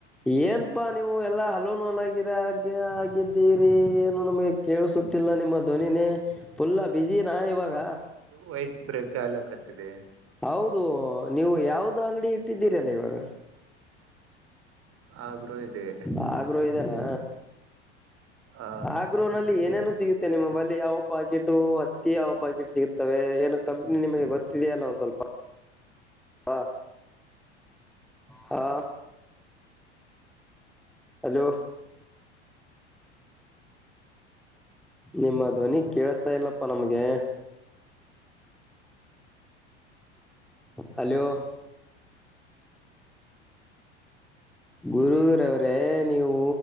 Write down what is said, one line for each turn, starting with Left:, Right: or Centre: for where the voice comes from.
Centre: ಏನಪಾ ನೀವು ಎಲ್ಲಾ ಹಲೋನು ಹಲಗಿರಗೆ ಆಗಿದ್ದಿ <unintelligible> ಏನು ನಮಗೆ ಕೇಳಿಸುತ್ತಿಲ್ಲ ನಿಮ್ಮ ಧ್ವನಿನೇ ಫುಲ್ಲ ಬಿಸಿನ ಇವಾಗ.
Right: ವಯಸ್ ಬ್ರೇಕ್ ಆಗ್ಲಕತ್ತಿದೆ
Centre: ಹೌದು ನೀವು ಯಾವ್ದು ಅಂಗಡಿ ಇಟ್ಟಿದ್ದೀರಿ ಅಲ್ಲ ಇವಾಗ.
Right: ಆಗ್ರೂ ಇದೆ.
Centre: ಆ ಗ್ರೋಹ ಇದೇನಾ
Right: ಹ
Centre: ಆ ಗ್ರೋಹ್ನಲ್ಲಿ ಏನೇನು ಸಿಗುತ್ತೆ ನಿಮ್ಮ ಬಳಿ ಯಾವ ಪಾಕೆಟು ಹತ್ತಿ ಯಾವ ಪಾಕೆಟ್ ಸಿಗುತ್ತವೆ ಏನೋ ಕಂಪ್ನಿ ನಿಮಗೆ ಗೊತ್ತಿದೆಯ ಅಲ್ಲ ಸ್ವಲ್ಪ ಹಾ ಹಾ ಹಲೋ ನಿಮ್ಮ ಧ್ವನಿ ಕೇಳಸ್ತಾ ಇಲ್ಲಪ್ಪಾ ನಮ್ಗೆ ಹಲೋ ಗುರುರವ್ರೆ ನೀವು